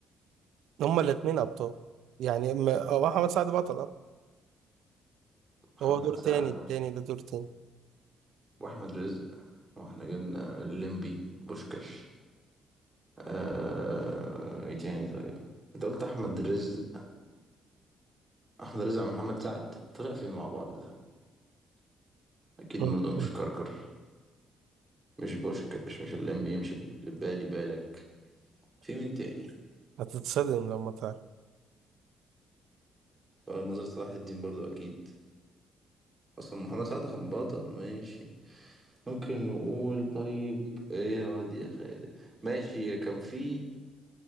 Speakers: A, on the right (about 80°); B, on the right (about 20°).
A: هما الاثنين ابطال يعني م- هو محمد سعد بطل اه
B: محمد
A: هو دور
B: سعد
A: تاني التاني
B: وأح-
A: ده دور تاني
B: واحمد رزق واحنا جبنا الليمبي بوشكاش آه... ايه تاني طيب انت قلت احمد رزق احمد رزق مع محمد سعد طلع فين مع بعض ده اكيد
A: <laughs>
B: برضه مش كركر مش بوشكاش مش الليمبي مش ال- بالي بالك في مين تاني
A: هتتصدم لما تعرف
B: آه، ناظر صلاح الدين برضه اكيد اصلا محمد سعد كان بطل ماشي ممكن نقول طيب ايه يا واد يا خالد ماشي كان في